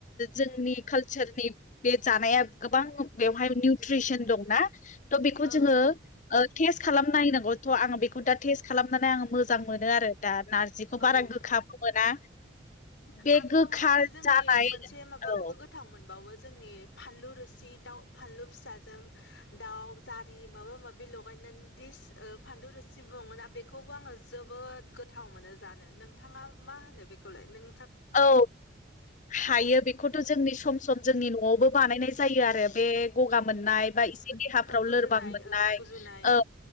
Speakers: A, on the left; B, on the left.
A: जोंनि कालचारनि बे जानाया गोबां बेवहाय नि ट्रिसोन दं ना थ' बेखौ
B: औ
A: जोङो
B: औ
A: ओ टेस खालामनायनांगौ त आङो बेखौ -खौदा टेस्ट खालामनानै आं मोजां मोनो आरो दा नारजिखौ
B: औ
A: बारा गोखाबो मोना बे
B: आंथ'
A: गोखा
B: मोनसे जोंनि
A: जानाय
B: मोनसे माबाखौबो
A: औ
B: गोथाव मोनबावो जोंनि फानलु रोसि दाउ फानलु फिसाजों दाउ जारि माबा माबि लगायनानै दि -सि फानलु रुसि बुङोना बेखौबो आङो जोबोद गोथाव मोनो जानो नोंथाङा मा होनो बेखौलाय नों?
A: औ हायो बेखौथ' जोंनि सम सम जोंनि न'आवबो बानायनाय जायो आरो बे गगा मोननाय बा एसे देहाफ्राव
B: ओ गुजुनाय
A: लोरबां मोननाय
B: ओ गुजुनाय
A: औ